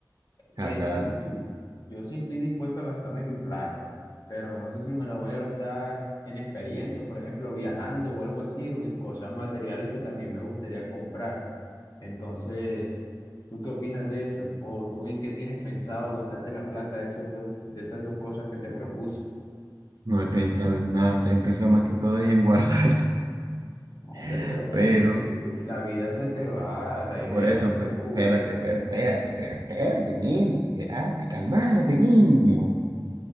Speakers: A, on the right; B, on the left.
A: háblalo.
B: ¿Qué dices tú? Yo sí estoy dispuesto a gastarme mi plata, pero no sé si me la voy a gastar en experiencias, por ejemplo, viajando o algo así, o en cosas materiales que también me gustaría comprar. Entonces, ¿tú qué opinas de eso? ¿O tú en qué tienes pensado gastarte la plata de esos dos, de esas dos cosas que te propuse?
A: No he pensado en nada, o sea, he pensado más que todo es en guardar.
B: No, Hombre,
A: <laughs>
B: pero mira
A: Pero,
B: que la vida se te va, la idea
A: por eso,
B: es tú.
A: fe- espérate, pero espérate, pero espérate, niño, espérate, calmate, niño.